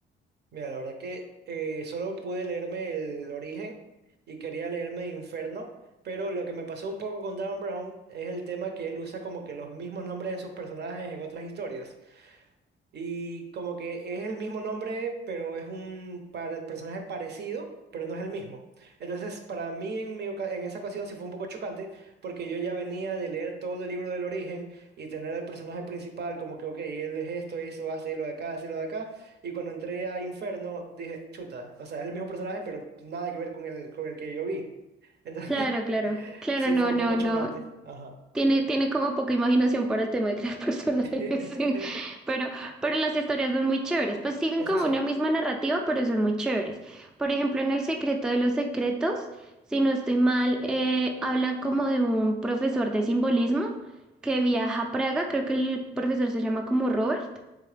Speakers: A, on the right; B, in the centre.
A: Mira, la verdad que eh, solo pude leerme El Origen y quería leerme Inferno, pero lo que me pasó un poco con Dan Brown es el tema que él usa como que los mismos nombres de sus personajes en otras historias. Y como que es el mismo nombre, pero es un par- personaje parecido, pero no es el mismo. Entonces, para mí en, mi oca- en esa ocasión sí fue un poco chocante, porque yo ya venía de leer todo el libro del origen y tener al personaje principal como que, ok, él es esto, eso, hace lo de acá, hace lo de acá. Y cuando entré a Inferno, dije, chuta, o sea, es el mismo personaje, pero nada que ver con el, con el que yo vi. Entonces,
B: Claro,
A: <laughs>
B: claro, claro,
A: sí
B: no,
A: fue un
B: no,
A: poco
B: no,
A: chocante. Ajá.
B: Tiene, tiene como poca imaginación para el tema de crear <laughs> personajes,
A: <laughs>
B: sí. Pero, pero las historias son muy chéveres. Pues siguen
A: Eso
B: como
A: sí.
B: una misma narrativa, pero son muy chéveres. Por ejemplo, en El secreto de los secretos, si no estoy mal, eh, hablan como de un profesor de simbolismo que viaja a Praga, creo que el profesor se llama como Robert